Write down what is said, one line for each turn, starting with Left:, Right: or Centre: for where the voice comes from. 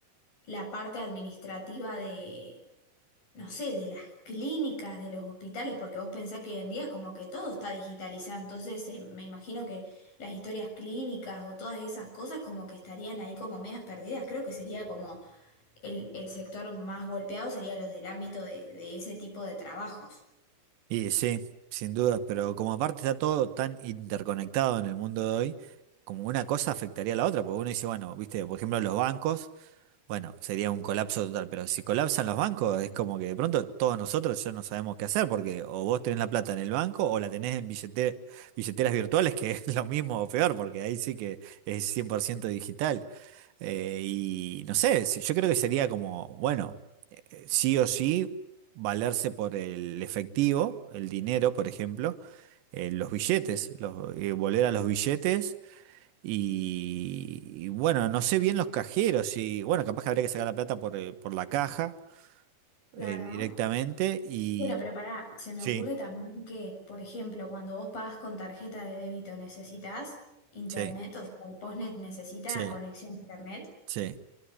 Left: la parte administrativa de, no sé, de las clínicas, de los hospitales, porque vos pensás que hoy en día es como que todo está digitalizado, entonces eh, me imagino que las historias clínicas o todas esas cosas como que estarían ahí como medias perdidas, creo que sería como el, el sector más golpeado sería los del ámbito de de ese tipo de trabajos.
Right: Y sí, sin duda, pero como aparte está todo tan interconectado en el mundo de hoy, como una cosa afectaría a la otra, porque uno dice, bueno, viste, por ejemplo, los bancos. Bueno, sería un colapso total, pero si colapsan los bancos, es como que de pronto todos nosotros ya no sabemos qué hacer, porque o vos tenés la plata en el banco o la tenés en billete- billeteras virtuales, que <laughs> es lo mismo o peor, porque ahí sí que es 100% digital. Eh, y no sé, si- yo creo que sería como, bueno, eh, sí o sí, valerse por el efectivo, el dinero, por ejemplo, eh, los billetes, los- eh, volver a los billetes y, y bueno, no sé bien los cajeros y bueno, capaz que habría que sacar la plata por, eh, por la caja
Left: Claro.
Right: eh, directamente y
Left: Bueno, pero pará, se me
Right: sí,
Left: ocurre también que, por ejemplo, cuando vos pagas con tarjeta de débito, ¿necesitas internet?
Right: sí,
Left: O sea, el postnet necesita
Right: sí,
Left: conexión a internet.
Right: sí.